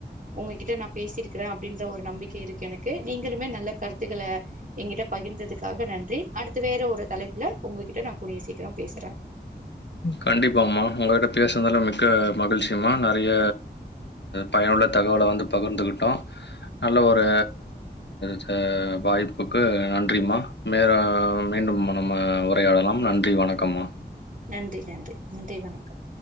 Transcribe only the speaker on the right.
ஒங்ககிட்ட நா பேசிருக்கிற அப்டின்ற ஒரு நம்பிக்கை இருக்கு எனக்கு நீங்களுமே நல்ல கருத்துகள ஏங்கிட்ட பகிர்ந்ததுக்காக நன்றி அடுத்து வேற ஒரு தலைப்புல ஒங்ககிட்ட நா கூடிய சீக்கிர பேசுற
நன்றி நன்றி நன்றி வணக்கம்